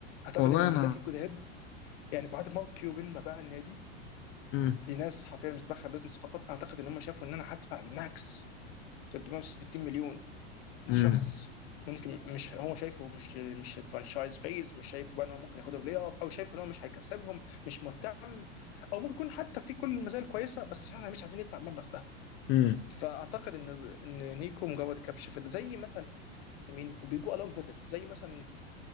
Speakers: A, on the left; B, on the left.
A: اعتقد
B: والله
A: ان الملاك
B: انا
A: الجداد يعني بعد ما كيوبن ما باع النادي
B: امم
A: لناس حرفيا مش دماغها بزنس فقط اعتقد ان هم شافوا ان انا هدفع الماكس 360 مليون
B: امم
A: شخص ممكن مش هو شايفه مش مش فرانشايز فيس مش شايفه بقى ان هو ممكن ياخدهم بلاي اوف او شايفه ان هو مش هيكسبهم مش مهتم او ممكن يكون حتى في كل المزايا الكويسه بس احنا مش عايزين ندفع المبلغ ده
B: امم
A: فاعتقد ان ان نيكو مجرد كبش فيدا زي مثلا مين وبيجو الونج وذ زي مثلا